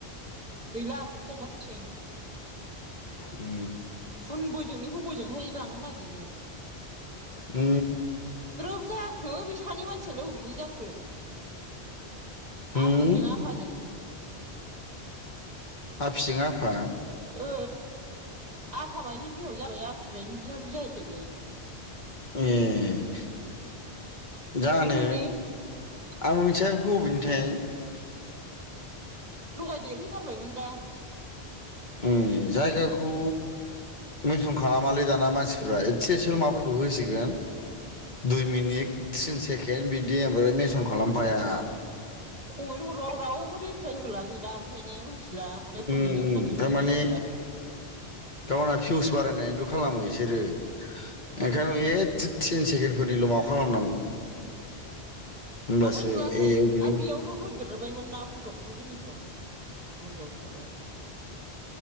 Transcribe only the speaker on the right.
गैला <inaudible> मसै
खुन बोजोंनिखौ बोजोंहाय लांनो नागिरो
ग्रोब जाखो बे सानै मानसियालाय अबेनि जाखो
आफिजों आफाजों
ओ आफामाइनि बिहाव जाबाय आफि माइनि बिहाम जाहैबाय
अबेनि
लगाय देरहैथारबायमोन दा
कमेन्ट हरबाव रावबो रिप्लाय होला गैला ओमफ्राय ने मिथिला म
बबेनि
मानसिखौबो
सिनायला
ओमफ्राय नुवाखै
आ
बेयावनो हो देबायमोन ना फटकखौ जोंनिखौ गोदाव सोराव